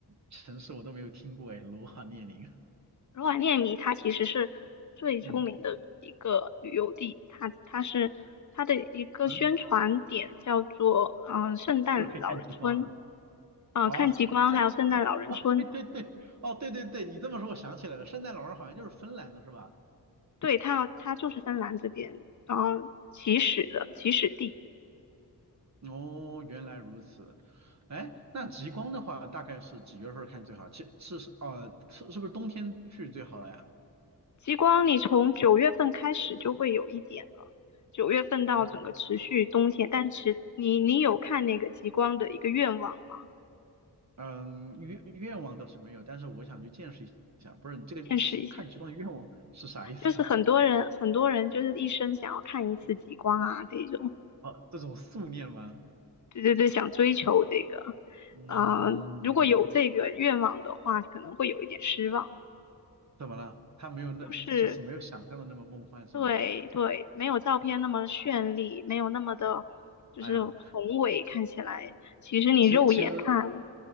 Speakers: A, on the right (about 45°); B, on the left (about 50°).
A: 城市我都没有听过哎，罗瓦涅宁。
B: 罗瓦涅米它其实是最出名的一个旅游地，
A: 嗯
B: 它它是它的一个宣传点叫做嗯、
A: 嗯，
B: 呃圣诞老人村
A: 是不是可以看极光啊？
B: 啊、
A: 哦，
B: 呃看极光还有圣诞老人村。
A: 这哦，对对对，哦对对对，你这么说我想起来了，圣诞老人好像就是芬兰的是吧？
B: 对，它它就是芬兰这边，然后起始的起始地。
A: 哦，原来如此。哎，那极光的话，大概是几月份儿看最好？其是是哦，是是不是冬天去最好呀？
B: 极光你从九月份开始就会有一点了，九月份到整个持续冬天。
A: 但是，
B: 但是你你有看那个极光的一个愿望吗？
A: 嗯，愿愿望倒是没有，但是我想去见识一下。不是这个极看极光的愿望是啥意思啊？
B: 见识一下，就是很多人很多人就是一生想要看一次极光啊这种，
A: 哦，这种素念吗？
B: 对对对，想追求这个，
A: 嗯，
B: 呃，如果有这个愿望的话，可能会有一点失望，
A: 怎么了？他没有那，
B: 就是。
A: 就是没有想象的那么梦幻是吧？
B: 对对，没有照片那么绚丽，没有那么的，就是宏伟，
A: 哎呀，
B: 看起来，其实你肉眼看，
A: 其实其实